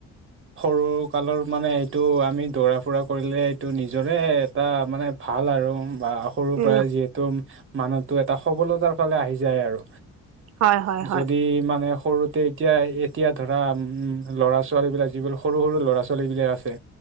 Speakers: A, on the right; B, on the right.
A: সৰু কালৰ মানে এইটো আমি দৌৰা ফুৰা কৰিলে এইটো নিজৰে এটা মানে ভাল আৰু বা সৰুৰ পৰাই
B: উম
A: যিহেতু মানুহতো এটা সবলতাৰ ফালে আহি যায় আৰু
B: হয় হয় হয়
A: যদি মানে সৰু এয়া এতিয়া ধৰা উম ল'ৰা ছোৱালী বিলাক যিবোৰ সৰু সৰু ল'ৰা ছোৱালী বিলাক আছে